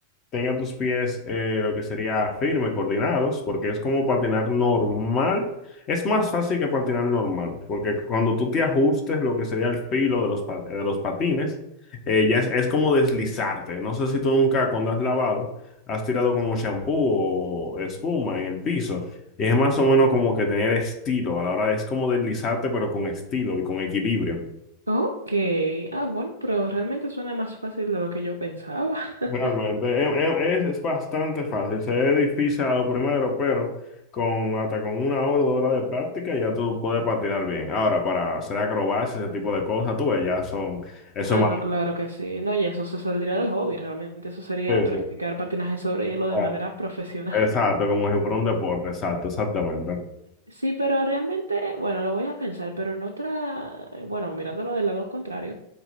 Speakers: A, on the left; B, on the right.
A: tenga tus pies eh, lo que sería firme, coordinados, porque es como patinar normal. Es más fácil que patinar normal, porque cuando tú te ajustes lo que sería el filo de los, pa- de los patines, eh, ya es, es como deslizarte. No sé si tú nunca cuando has lavado has tirado como champú o espuma en el piso. Y es más o menos como que tener estilo a la hora de, es como deslizarte, pero con estilo y con equilibrio.
B: Ok. Ah, bueno, pero realmente suena más fácil de lo que yo pensaba. <laughs>
A: Realmente, es, es- es bastante fácil, se ve difícil a lo primero, pero con hasta con una hora, dos horas de práctica ya tú puedes patinar bien. Ahora, para hacer acrobacias, ese tipo de cosas, tú ves, ya son, eso
B: Ah,
A: es más
B: no, claro que sí. No, y eso se saldría del hobby. Realmente eso sería
A: difícil.
B: practicar patinaje sobre hielo de
A: Ah,
B: manera profesional.
A: Exacto, como si fuera un deporte, exacto, exactamente.
B: Sí, pero realmente, bueno, lo voy a pensar, pero en otra, bueno, mirándolo del lado contrario,